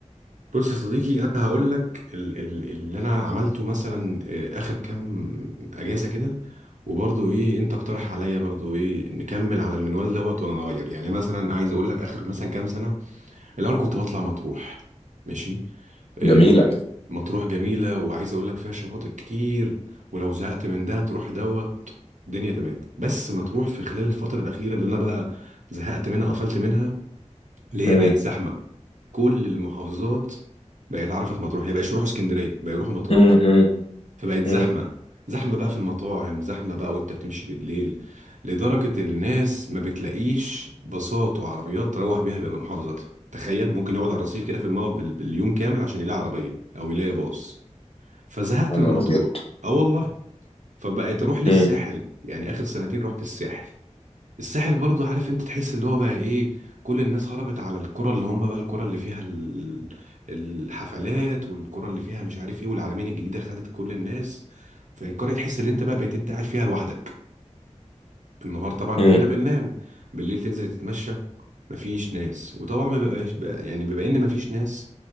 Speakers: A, on the right; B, on the left.
A: بص يا صديقي انا هقول لك ال ال اللي انا عملته مثلا آه، اخر كام اجازة كده وبرضه ايه انت اقترح عليا برضه ايه نكمل على المنوال دوت ولا نغير يعني مثلا عايز اقول لك اخر مثلا كام سنة الاول كنت بطلع مطروح ماشي آه،
B: جميلة
A: مطروح جميلة وعايز أقول لك فيها شواطئ كتير ولو زهقت من ده تروح دوت الدنيا تمام بس مطروح في خلال الفترة الأخيرة اللي أنا بقى زهقت منها وقفلت منها اللي
B: امم
A: هي بقت زحمة كل المحافظات بقت عرفت مطروح هي بقى يروحوا اسكندرية بقى يروحوا مطروح
B: امم امم
A: فبقت زحمة
B: امم
A: زحمة بقى في المطاعم زحمة بقى وانت بتمشي بالليل لدرجة الناس ما بتلاقيش باصات وعربيات تروح بيها بقى محافظتها تخيل ممكن يقعد على الرصيف كده في الموقف بال- باليوم كامل عشان يلاقي عربية أو يلاقي باص فزهقت
B: يا
A: من
B: نهار
A: مطروح
B: ابيض
A: اه والله فبقيت اروح للساحل
B: امم
A: يعني آخر سنتين رحت الساحل الساحل برضو عارف انت تحس اللي هو بقى ايه كل الناس هربت على الكرة اللي هم بقى الكرة اللي فيها ال- الحفلات والكرة اللي فيها مش عارف ايه والعلمين الجديدة خدت كل الناس فالقرية تحس ان انت بقى بقيت انت قاعد فيها لوحدك النهار طبعا
B: امم
A: كلنا بننام بالليل تنزل تتمشى مفيش ناس وطبعا ما بقاش بقى يعني بما ان مفيش ناس